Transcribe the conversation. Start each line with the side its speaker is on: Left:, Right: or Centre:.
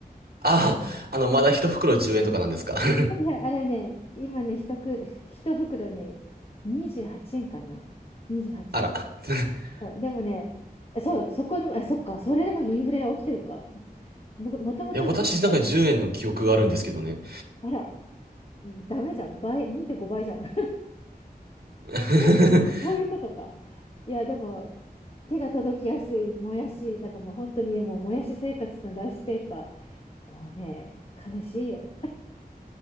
Right: ああ、あの、まだ一袋10円とかなんですか <laughs>
Left: ねあれね、今ね、一袋、一袋ね、28円かな。28円。
Right: あら。<laughs>
Left: そう、でもね、そう、そこでも、あ、そっか、それでもインフレ起きてるか。も、もともと18円。
Right: いや、私なんか10円の記憶があるんですけどね。
Left: あら、ダメじゃん。倍、2.5倍じゃん。<laughs>
Right: <laughs>
Left: そうか、そういうことか。いや、でも、手が届きやすいもやし、なんかもう本当にもうもやし生活とライスペーパー。もうね、悲しいよ。